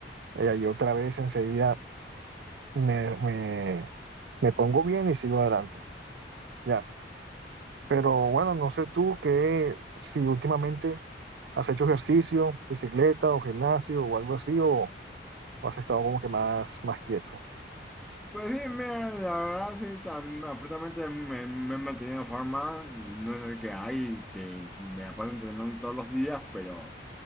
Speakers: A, on the right; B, in the centre.
A: y ahí otra vez enseguida me, me, me pongo bien y sigo adelante. Ya. Pero bueno, no sé tú qué, si últimamente has hecho ejercicio, bicicleta o gimnasio o algo así, o, o has estado como que más, más quieto.
B: Pues sí, mira, la verdad, sí, tam- afortunadamente me, me he mantenido en forma, no es el que hay, que me la paso entrenando todos los días, pero